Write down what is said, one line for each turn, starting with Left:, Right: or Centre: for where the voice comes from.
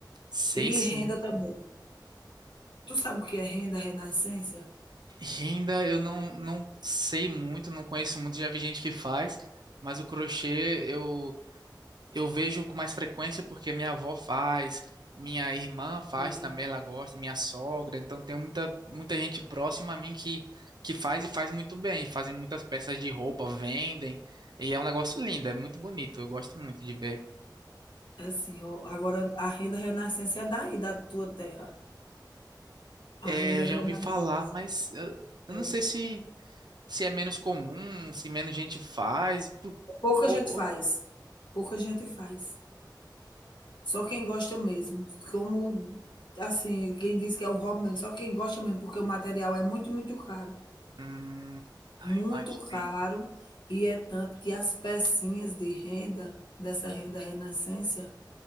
Right: Sei
Left: E
Right: sim.
Left: renda também. Tu sabe o que é renda renascença?
Right: Renda eu não, não sei muito, não conheço muito, já vi gente que faz, mas o crochê eu Eu vejo com mais frequência porque minha avó faz, minha irmã faz
Left: Sim,
Right: também, ela gosta, minha sogra, então tem muita, muita gente próxima a mim que, que faz e faz muito bem, fazem muitas peças de roupa, vendem, e é um negócio lindo, é muito bonito, eu gosto muito de ver.
Left: é assim, o agora a renda renascença é daí, da tua terra. A
Right: É,
Left: renda
Right: eu
Left: renascença,
Right: já ouvi falar, mas eu, eu
Left: é.
Right: não sei se, se é menos comum, se menos gente faz, pu-
Left: Pouca
Right: ou,
Left: gente faz,
Right: ou...
Left: pouca gente faz. Só quem gosta mesmo, como assim, quem diz que é um hobby mesmo, só quem gosta mesmo, porque o material é muito, muito caro.
Right: Hum, ai,
Left: Muito
Right: imaginei.
Left: caro, e é tanto que as pecinhas de renda, dessa renda renascência